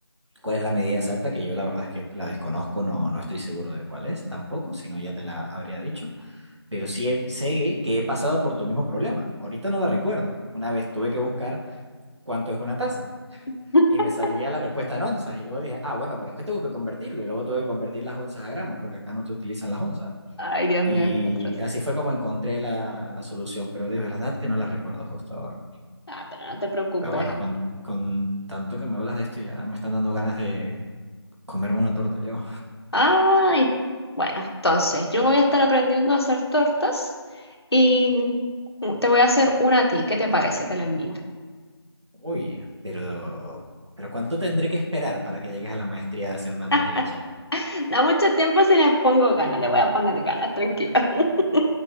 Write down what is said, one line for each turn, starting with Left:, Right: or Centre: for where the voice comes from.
Right: cuál es la medida exacta, que yo la verdad es que la desconozco, no, no estoy seguro de cuál es tampoco, si no ya te la habría dicho pero sí he- sé que he pasado por tu mismo problema. Ahorita no la recuerdo. Una vez tuve que buscar cuánto es una taza
Left: <laughs>
Right: y me salía la respuesta en onzas y luego dije, ah, bueno, pero es que tengo que convertirlo y luego tuve que convertir las onzas a gramos porque acá no te utilizan las onzas.
Left: Ay, Dios
Right: Y
Left: mío, qué atroz.
Right: así fue como encontré la, la solución, pero de verdad que no la recuerdo justo ahora.
Left: Ah, pero no te preocupes.
Right: Pero bueno, con, con tanto que me hablas de esto ya me están dando ganas de comerme una torta yo.
Left: Ay, bueno, entonces yo voy a estar aprendiendo a hacer tortas y te voy a hacer una a ti. ¿Qué te parece? Te la envío.
Right: Uy, pero... ¿Pero cuánto tendré que esperar para que llegues a la maestría de hacer una tres
Left: <laughs>
Right: leches?
Left: Da mucho tiempo si le pongo ganas, le voy a poner ganas, tranquilo. <laughs>